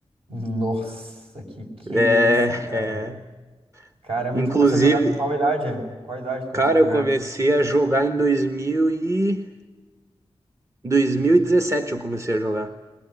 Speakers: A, on the right; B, on the right.
A: Nossa, que que
B: É,
A: é isso, cara
B: é.
A: Caramba,
B: Inclusive,
A: e tu começou a jogar com qual idade? Com Qual idade tu começou
B: Cara,
A: a jogar?
B: eu comecei a jogar em 2000 e... 2017 eu comecei a jogar.